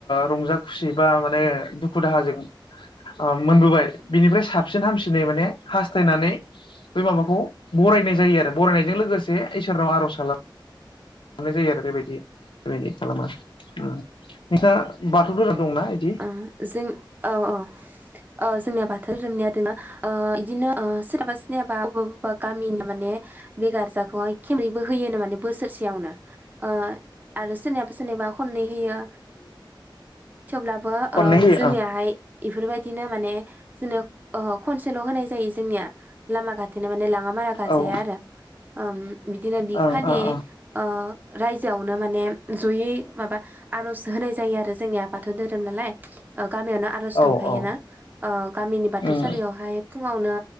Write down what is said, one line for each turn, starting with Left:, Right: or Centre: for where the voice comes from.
Left: रंजा खुसि बा माने दुखु दाहाजों ओ मोनबोबाय बिनिफ्राय साबसिन हामसिनै माने हास्थायनानै बै माबाखौ बरायनाय जायो आरो बरायनायजों लोगोसे इसोरनाव आर'ज खालाम मोननाय जायो आरो बेबायदि बेबायदि खालामा नोंस्रा बाथौ धोरोम? दंना इदि
Right: ओं जों औ औ ओ जोंनिया बाथौ धोरोमनिया दङना ओ बिदिनो ओ सोरनाबा सोरनाबा बबा बबेबा गामिनि माने बे गारजाखौ खेमबैबो होयोनो माने बोसोरसेयावनो ओ आरो सोरनिबा सोरनिबा खननै होयो अब्लाबो
Left: खननै
Right: ओ
Left: होयो
Right: जोंनियाहाय बेफोरबायदिनो माने जोनोब ओहो खनसेल' होनाय जायो जोंनिया लामा गाथेनो माने लाङा मारा गारजाया
Left: ओं
Right: आरो ओम बिदिनो बि
Left: औ
Right: खालि
Left: ओं
Right: ओ रायजोआवनो माने जयै माबा आर'ज होनाय जायो आरो जोंनिया बाथौ धोरोम नालाय ओ गामियावनो आर'ज दंखायो
Left: ओ औ
Right: ना ओ गामिनि बाथौसालियावहाय
Left: उम
Right: फुङावनो